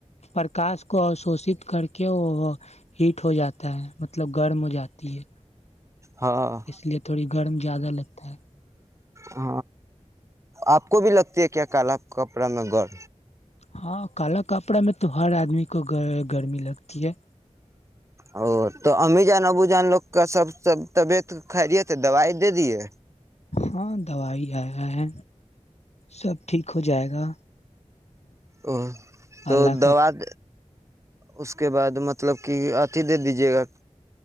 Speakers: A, on the left; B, on the right.
A: پرکاش کو ا شوشت کر کے کہ <unintelligible> ہیٹ ہو جاتا ہے مطلب گرم ہو جاتی ہے
B: ہاں
A: اس لیے تھوڑی گرم زیادہ لگتا ہے
B: ہ آپ کو بھی لگتی ہے کیا کال کپڑا میں گڑ
A: ہاں کالا کپڑا میں تو ہر آدمی کو گرمی لگتی ہے
B: ا تو ا ہممی جان ابو جان لوک کا سب سب <unintelligible> طبیعت خھرییےت دوائی دے دیے
A: ہاں دوائی آیا ہے سب ٹھیک ہو جائے گا
B: او تو
A: اللہ
B: دوا
A: کا
B: <unintelligible> اس کے بعد مطلب کہ آتیھی دے دیجیے گا